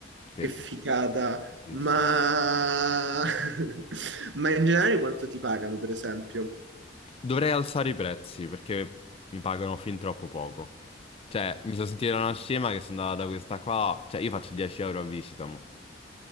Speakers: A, on the left; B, on the right.
A: crazy.
B: Che figata,
A: Sì,
B: ma...
A: sì.
B: <laughs> ma in generale quanto ti pagano, per esempio?
A: Dovrei alzare i prezzi perché mi pagano fin troppo poco. Cioè, mi sono sentito una scema che sono andata da questa qua. Cioè, io faccio 10 euro a visita, mo.